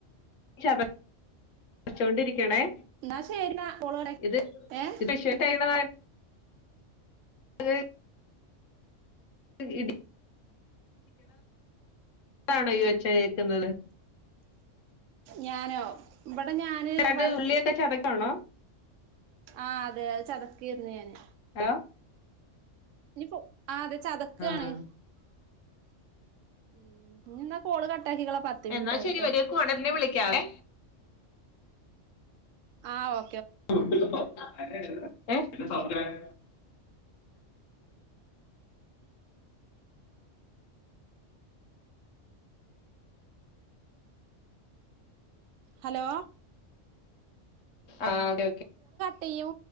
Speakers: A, on the left; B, on the right.
A: <unintelligible> വച്ചൊണ്ടിരിക്കണേ
B: എന്നാ ശരിന്നാ കോള് കട്ടാ
A: ഇത്
B: ഏഹ്
A: ഇത്ഷട്ടായിന്ന <unintelligible> <unintelligible> തേക്കിന്നള്
B: ഞാനോ വടെ ഞാന്
A: രണ്ട്
B: വർക്ക്
A: ഉള്ളിയൊക്കെ ചതക്കാണോ
B: ആ അത് അത് ചതക്കയിരുന്നു ഞാന്
A: ഹെലോ
B: ഇനിപ്പോ <inaudible> ആ അത് ചതക്കാണ്
A: ആ
B: <inaudible> ന്നാ കോള് ക കട്ടാക്കികള പത്ത് മിൻറ്റായിട്ടോ
A: എന്നാ ശരി വരേക്കുവാണ് പിന്നെ വിളിക്കാവേ
B: ആഹ് ഓ
A: <inaudible> ഏഹ്‌
B: ഹലോ
A: ആ ഒകെ ഒകെ
B: ത്യും